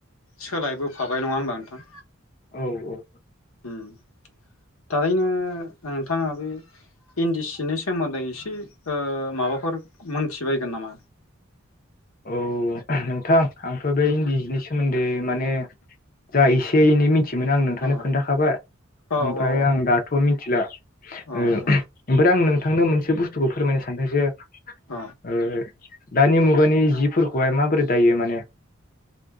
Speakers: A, on the left; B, on the left.
A: सोलायबोफाबाय नङा होमबा नों थां?
B: औ औ।
A: ओम थारैनो ओ नोंथाङाबो इन्दि सिनि सोमोन्दै एसे ओ माबाफोर मोनथिबायगोन नामा?
B: औ नोंथां आंथ' बे इन्दि जिनि सोमोन्दै माने जा एसे एनै मि थियोमोन आं नोंथांनो
A: अ
B: खोन्थाखाबाय
A: औ
B: ओमफ्राय
A: औ
B: आं दाथ' मिथिला
A: औ
B: ओ ओमफ्राय
A: औ
B: आं नों थांनो मोनसे बुस्थुखौ फोरमायनो सानदों जे ओ
A: औ
B: ओ। दानि मुगानि जिफोरखौहाय माबोरै दायो माने?